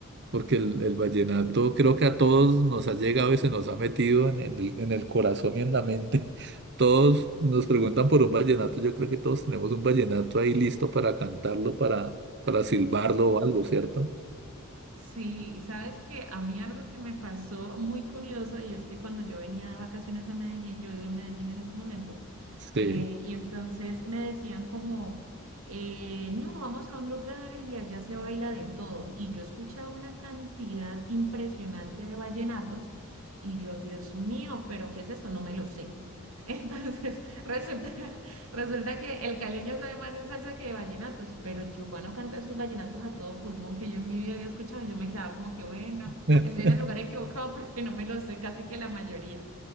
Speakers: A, on the right (about 50°); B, on the right (about 80°).
A: porque el, el vallenato creo que a todos nos ha llegado y se nos ha metido en, en el, en el corazón y en la mente. <laughs> Todos nos preguntan por un vallenato, yo creo que todos tenemos un vallenato ahí listo para cantarlo, para, para silbarlo o algo, ¿cierto?
B: Sí, y sabes que a mí algo que me pasó muy curioso y es que cuando yo venía de vacaciones a Medellín, yo vivo en Medellín en este momento,
A: Sí.
B: eh, y entonces me decían como, eh, no, vamos a un lugar y allá se baila de todo. Y yo escuchaba una cantidad impresionante de vallenatos y yo, Dios mío, pero ¿qué es esto? No me lo sé. <laughs> Entonces, resulta <laughs> Resulta que el caleño sabe más de salsa que de vallenatos, pero el chocoano canta sus vallenatos a todo pulmón que yo en mi vida había escuchado y yo me quedaba como que bueno,
A: <laughs>
B: estoy en el lugar equivocado <laughs> porque no me lo sé casi que la mayoría.